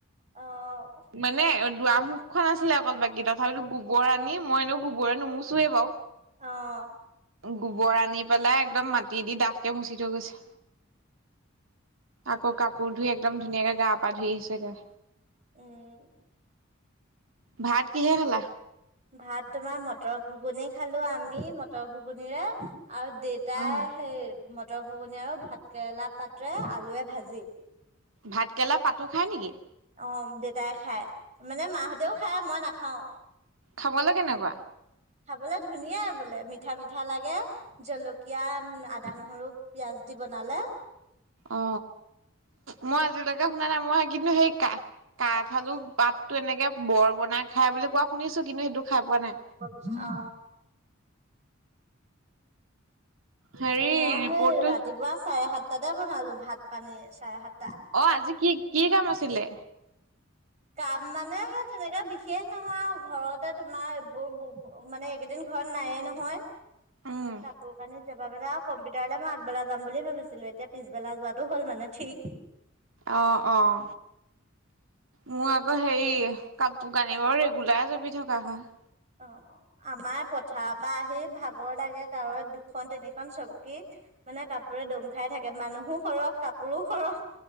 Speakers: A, on the right; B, on the right.
A: অহ।
B: মানে দুৱাৰ মুখখন আছিলে অকল বাকী দখৰ গোবৰ আনি মইনো গোবৰে নুমোচোয়ে বাৰু
A: অহ।
B: গোবৰ আনি পেলাই একদম মাটি দি ডাঠকে মুচি থৈ গৈছে। আকৌ কাপোৰ ধুই একদম ধুনীয়াকে গা পা ধুই আহিছেগৈ।
A: উম।
B: ভাত কিহে খালা?
A: ভাত তোমাৰ মটৰ ঘুগুনি খালোঁ আমি, মটৰ ঘুগুনিৰে আৰু তাই
B: উম
A: সেই মটৰ ঘুগুনি আৰু ভাত কেৰেলা পাতে আলুৱে ভাজি।
B: ভাতকেৰেলা পাতো খায় নেকি?
A: অহ, দেতাই খায়। মানে মাহঁতেও খায় মই নাখাওঁ।
B: খাবলৈ কেনেকুৱা?
A: খাবলে ধুনীয়াই বোলে। মিঠা মিঠা লাগে। জলকীয়া, আদা, নহৰু পিয়াঁজ দি বনালে।
B: অ মই আজিলৈকে শুনা নাই। মই কিন্তু সেই কা কাঠ আলু পাতটো এনেকে বৰ বনাই খাই বুলি কোৱা শুনিছোঁ। কিন্তু সেইটো খাই পোৱা নাই।
A: অহ
B: হেৰি
A: মই
B: ৰিপৰ্টটো
A: সেই ৰাতিপুৱা চাৰে সাতটাতে বনালো ভাত পানী চাৰে সাত
B: অ আজি কি, কি কাম আছিলে
A: কাম মানে সেই তেনেকে বিশেষ নহয় আৰু ঘৰতে তোমাৰ এইবোৰ বহু মানে এইকেইদিন ঘৰত নায়ে নহয়,
B: উম
A: কাপোৰ কানি জপা মেলা কম্পিউটাৰলৈ মই আগবেলা যাম বুলি ভাবিছিলোঁ। এতিয়া পিছেলা যোৱাটো হল মানে ঠিক
B: অহ অহ। মোৰ আকৌ হেৰি, কাপোৰ কানিবোৰ ৰেগুলাৰ জাপি থকা হয়।
A: অহ অহ, আমাৰ পথাৰৰ পৰা আহি ভাগৰ লাগে কাৰণ দুখন তিনিখন চকি মানে কাপোৰে দম খাই থাকে। মানুহো সৰহ, কাপোৰো সৰহ।